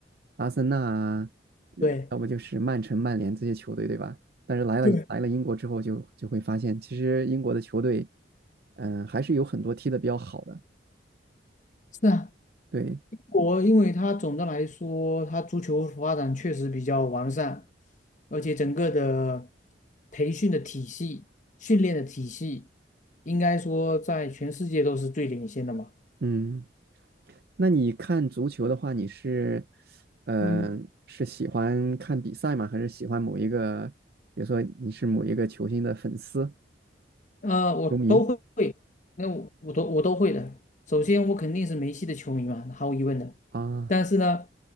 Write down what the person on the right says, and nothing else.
阿森纳啊，呃要不就是曼城、
曼联这些球队，对吧？但是来了来了英国之后就，
就会发现，其实英国的球队，嗯、还是有很多踢的比较好的。
对，
嗯，那你看足球的话，你是，呃，
是喜欢看比赛吗？还是喜欢某一个，比如说你是某一个球星的粉丝、
球迷？
啊，